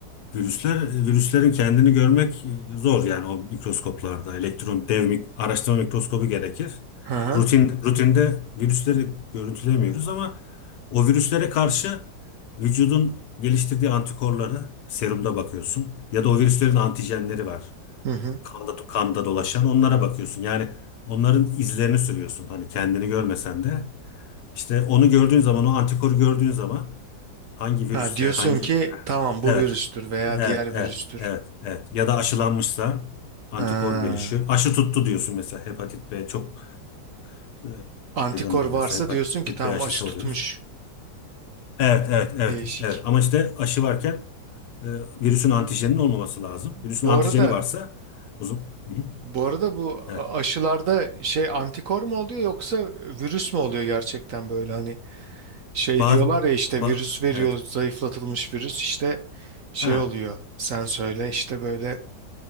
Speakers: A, on the left (about 70°); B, on the right (about 60°).
A: virüsler, virüslerin kendini görmek e, zor yani o mikroskoplarda. Elektron dev mik- araştırma mikroskobu gerekir.
B: Hı hı.
A: Rutin, rutinde virüsleri görüntülemiyoruz ama o virüslere karşı vücudun geliştirdiği antikorları serumda bakıyorsun ya da o virüslerin antijenleri var.
B: Hı hı.
A: kanda, kanda dolaşan onlara bakıyorsun. Yani onların izlerini sürüyorsun. Hani kendini görmesen de. İşte onu gördüğün zaman, o antikoru gördüğün zaman hangi
B: Ha,
A: virüsse,
B: diyorsun
A: hangi...
B: ki tamam bu
A: Evet,
B: virüstür veya
A: evet,
B: diğer
A: evet,
B: virüstür.
A: evet, evet. Ya da aşılanmışsa antikor
B: Ha.
A: gelişiyor. Aşı tuttu diyorsun mesela. Hepatit B çok e,
B: Antikor
A: yaygındır
B: varsa
A: mesela. Hepatit
B: diyorsun ki tamam
A: B aşısı
B: aşı tutmuş.
A: oluyoruz. Evet, evet, evet,
B: Değişik.
A: evet. Ama işte aşı varken e, virüsün antijeninin olmaması lazım.
B: Bu
A: Virüsün antijeni
B: arada
A: varsa uzun. Hı hı.
B: bu arada bu a-
A: Evet.
B: aşılarda şey antikor mu oluyor yoksa virüs mü oluyor gerçekten böyle hani şey
A: Bazı
B: diyorlar ya işte
A: ba-
B: virüs veriyor
A: evet.
B: zayıflatılmış virüs işte şey
A: Ha,
B: oluyor sen söyle işte böyle